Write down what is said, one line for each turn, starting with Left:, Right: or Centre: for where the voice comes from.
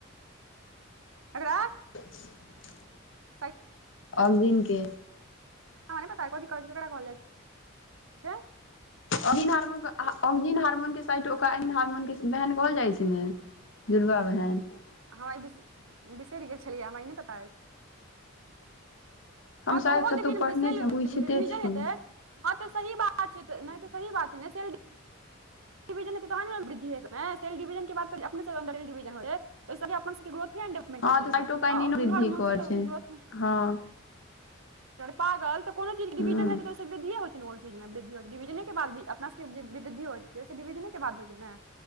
Right: <inaudible>
Left: <inaudible>
Right: साइड
Left: ऑग्जिन के
Right: हमरा नै पता कथी कहै छै करा कहल जाइ छै।
Left: हार्मोनक साइड <unintelligible> ओ हार्मोनक बहन कहल जाइ छै ने। दुर्गा बहन। <unintelligible>
Right: हं ई बिस बिसरि गेल छलियै हमरा ई नहि पता अछि
Left: हम
Right: हँ तऽ
Left: शायद
Right: ओहो
Left: कतहु
Right: देखिन
Left: पढ़ने
Right: बीसै
Left: छियै हम
Right: भिजल
Left: पूछिते छियौ
Right: हेतै हँ तऽ सही बात छै नहि तऽ सही बात छै ने सेलडिबिजल तहन ने वृद्धि हेतै सेलडिविजल के बाद अपने सेलडिविजल हेतै ओहि से अपना ग्रोथ हड मट
Left: हँ
Right: होइ छै
Left: तऽ साइटोकाइनिनो
Right: ने आ
Left: वृद्धि
Right: जहर मनसँ
Left: करै
Right: तऽ
Left: छै
Right: ग्रोथ
Left: हँ
Right: पागल त को चीज
Left: हँ
Right: डिवजने हेतै त ओई स वृद्धिये होइ कोन चीज मे वृद्धि हो छै डिविजने के बाद अपना सबके जे वृद्धि होइ छै से डिविजने के बाद होइ छै ने